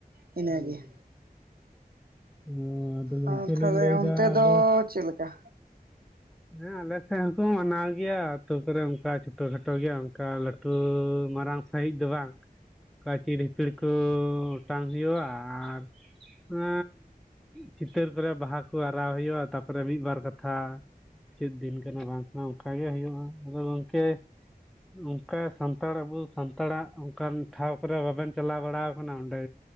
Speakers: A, on the right; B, in the centre.
A: ᱤᱱᱟᱹᱜᱮ
B: ᱦᱮᱸ ᱚ ᱟᱫᱚ ᱜᱚᱢᱠᱮ
A: ᱟᱨ ᱛᱟᱦᱚᱞᱮ
B: ᱞᱤᱧ ᱞᱟᱹᱭᱫᱟ
A: ᱚᱱᱛᱮ
B: ᱟᱵᱚ
A: ᱫᱚ ᱪᱮᱫ ᱞᱮᱠᱟ
B: ᱦᱮᱸ ᱟᱞᱮ ᱥᱮᱫ ᱦᱚᱸᱠᱚ ᱢᱟᱱᱟᱣ ᱜᱮᱭᱟ ᱟᱹᱛᱩ ᱠᱚᱨᱮ ᱚᱱᱠᱟ ᱪᱷᱩᱴᱚ ᱠᱷᱟᱴᱚ ᱜᱮᱭᱟ ᱚᱱᱠᱟ ᱞᱟᱹᱴᱩ ᱢᱟᱨᱟᱝ ᱥᱟᱺᱦᱤᱡ ᱫᱚ ᱵᱟᱝ? ᱠᱟᱹᱪᱤᱨ ᱦᱤᱯᱤᱲ ᱠᱚ ᱚᱴᱟᱝ ᱦᱩᱭᱩᱜᱼᱟ ᱟᱨ ᱮ ᱪᱤᱛᱟᱹᱨ ᱠᱚᱨᱮ ᱵᱟᱦᱟᱠᱩ ᱟᱨᱟᱣ ᱦᱩᱭᱩᱜᱼᱟ ᱛᱟᱯᱚᱨᱮ ᱢᱤᱫᱵᱟᱨ ᱠᱟᱛᱷᱟ ᱪᱮᱫ ᱫᱤᱱ ᱠᱟᱱᱟ ᱵᱟᱝ ᱠᱟᱱᱟ ᱚᱱᱠᱟ ᱜᱮ ᱦᱩᱭᱩᱜᱼᱟ ᱟᱫᱚ ᱜᱚᱢᱠᱮ ᱚᱱᱠᱟ ᱥᱟᱱᱛᱟᱲ ᱟᱵᱚ ᱥᱟᱱᱛᱟᱲᱟᱜ ᱚᱱᱠᱟᱱ ᱴᱷᱟᱶ ᱠᱚᱨᱮ ᱵᱟᱵᱮᱱ ᱪᱟᱞᱟᱣ ᱵᱟᱲᱟ ᱠᱟᱱᱟ ᱚᱸᱰᱮ